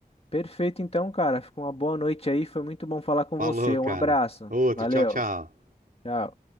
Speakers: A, on the left (about 40°); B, on the right (about 60°).
A: Perfeito, então, cara. Fica uma boa noite aí. Foi muito bom falar com
B: Falou,
A: você.
B: cara.
A: Um abraço.
B: Outro,
A: Valeu.
B: tchau, tchau.
A: Tchau.